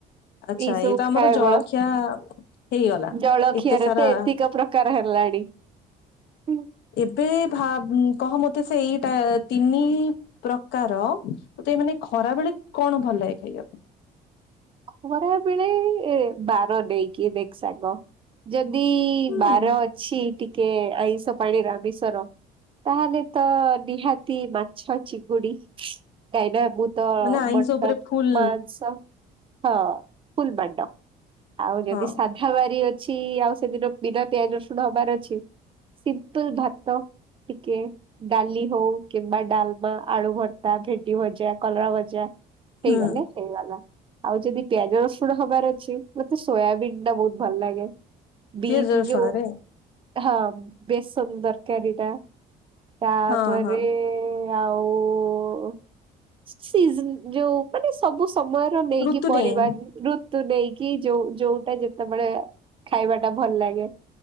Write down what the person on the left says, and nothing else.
ଆଚ୍ଛା
ଏଇତ ଆମର
ଜଳଖିଆ ହେଇଗଲା
ଏତେ ସାରା
ଏବେ ଭାବ୍ କହ ମତେ ସେଇଟା ତିନି ପ୍ରକାର ତତେ ମାନେ ଖରା ବେଳେ କଣ ଭଲ ଲାଗେ ଖାଇବାକୁ?
ହୁଁ
ମାନେ ଆଇଁଷ
ଉପରେ ଫୁଲ
ହଁ
ହୁଁ
ପିଆଜ ରସୁଣରେ
ହଁ ହଁ
ଋତୁ
ନେଇ